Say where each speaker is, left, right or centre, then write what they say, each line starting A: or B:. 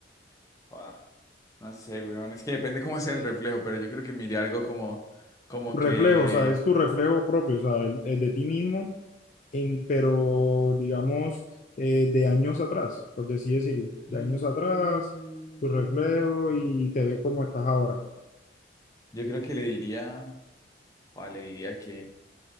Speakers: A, on the left; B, on the left.
A: ah, no sé, weón, es que depende cómo sea el reflejo, pero yo creo que miré algo como, como
B: tu reflejo,
A: que,
B: o sea, es tu reflejo propio, o sea, el- el de ti mismo, en, pero digamos, eh, de años atrás, por así decirlo,
A: Mm,
B: de años atrás, tu reflejo y te ve como estás ahora.
A: yo creo que le diría, o le diría que,